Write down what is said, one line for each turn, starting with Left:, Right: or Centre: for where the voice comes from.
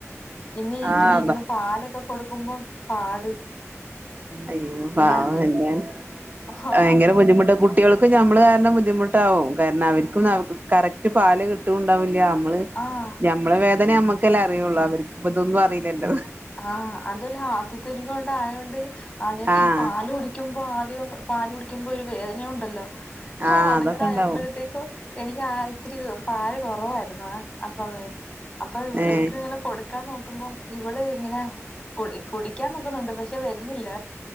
Left: പിന്നെ ഇങ്ങനെ
Right: ആഹ്
Left: ഇരുന്ന് പാലൊക്കെ കൊടുക്കുമ്പം പാട്
Right: അയ്യോ
Left: പിന്നെ
Right: പാവ അല്ലെ
Left: ആഹ്
Right: ഭയങ്കര ബുദ്ധിമുട്ട് കുട്ടികൾക്കും ഞമ്മള് കാര്ണം ബുദ്ധിമുട്ടാവും കാര്ണം അവർക്കും കറക്റ്റ് പാല് കിട്ടുണ്ടാവില്ല അമ്മള്
Left: ആഹ്
Right: ഞമ്മളെ വേദന ഞമ്മക്കല്ലെ അറിയുള്ളൂ അവർക്ക് ഇപ്പ ഇതൊന്നും അറീലല്ലോ
Left: ആഹ് അതുല്ല ആദ്യത്തെന്കൊണ്ടായോണ്ട് ആദ്യായിട്ട്
Right: ആഹ്
Left: ഈ പാല് കുടി ക്കുമ്പോ ആദ്യം പാല് കുടിക്കുമ്പോ ഒരു വേദന ഉണ്ടല്ലോ
Right: ആഹ്
Left: അത്ങ്കടായപ്പോഴത്തേ
Right: അതൊക്കെ ഉണ്ടാവും
Left: എനിക്ക് ആ ഇത്തിരി പാല് കൊറവായിരുന്നു അ ആ സമയം അപ്പൊ
Right: ഏഹ്
Left: ഇവക്ക് ഇങ്ങനെ കൊടുക്കാൻ നോക്കുമ്പം ഇവള് ഇങ്ങനെ കു കുടിക്കാൻ നോക്കുന്നുണ്ട് പക്ഷെ വരുന്നില്ല